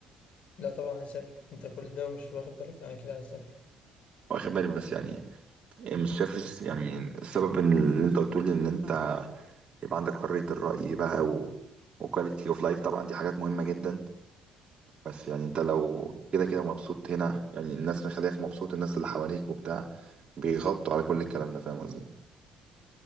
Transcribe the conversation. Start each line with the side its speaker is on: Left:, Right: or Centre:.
Left: لا طبعا هسافر انت كل ده مش واخد بالك انا كده هسافر
Right: واخد بالي بس يعني إيه، مش شايف الس- يعني السبب إن اللي انت قلته لي ان انت يبقى عندك حريه الراي بقى و... وكواليتي اوف لايف طبعا دي حاجات مهمه جدا بس يعني انت لو كده كده مبسوط هنا يعني الناس اللي خليك مبسوط الناس اللي حواليك وبتاع بيغطوا على كل الكلام ده فاهم قصدي